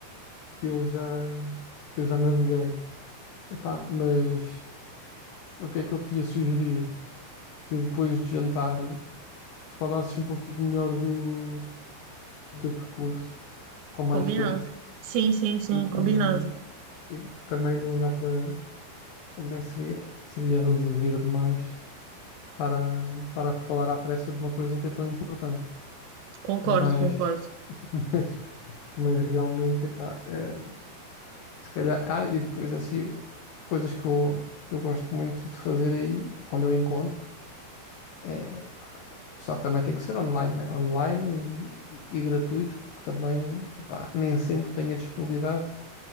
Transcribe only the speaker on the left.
que eu já, que eu já naveguei. Epá, mas o que é que eu te ia sugerir? Que depois de jantar tu falasses um pouquinho melhor do, do teu percurso, com mais
tempo,
e,
e que também não dá para. Também seria, seria reduzir demais estar a, estar a falar à pressa de uma coisa que é tão importante.
Mas,
<laughs> mas, mas realmente, epá, é, Se calhar, ah, e depois assim, coisas que eu, que eu gosto muito de fazer aí, quando eu encontro, é, só que também tem que ser online, né? Online e, e- e gratuito, porque também, epá, nem sempre tenho a disponibilidade,